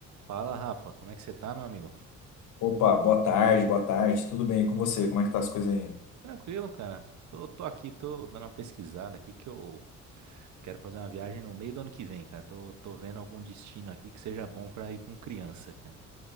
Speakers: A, on the right; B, on the left.
A: Fala, Rafa, como é que você tá, meu amigo?
B: Opa, boa tarde, boa tarde. Tudo bem e com você? Como é que tá as coisas aí?
A: Tranquilo, cara. Tô, tô aqui, tô dando uma pesquisada aqui que eu quero fazer uma viagem no meio do ano que vem, cara. Tô, tô vendo algum destino aqui que seja bom pra ir com criança, cara.